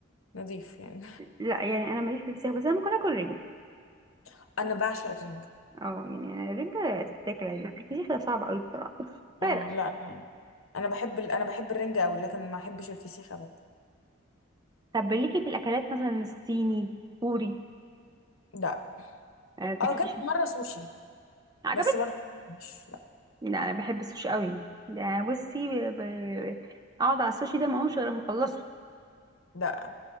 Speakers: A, on the left; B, on the right.
A: نظيف يعني
B: لا يعني انا ماليش في الفسيخ بس انا ممكن اكل رنجة
A: <laughs> انا بعشق الرنجة
B: اه يعني أنا الرنجة تتاكل عادي لكن الفسيخ ده صعب قوي بصراحة فعلا
A: اه لا انا أنا بحب ال... انا بحب الرنجة قوي لكن ما احبش الفسيخ ابدا
B: طب ليكي في الاكلات مثلا الصيني كوري
A: لا
B: آه، تاكليش
A: اه اكلت مره سوشي
B: عجبك
A: بس برضه مش لا
B: لا انا بحب السوشي قوي ده بصي ب... ب- اقعد على السوشي ده ما اقومش غير لما اخلصه ما
A: لا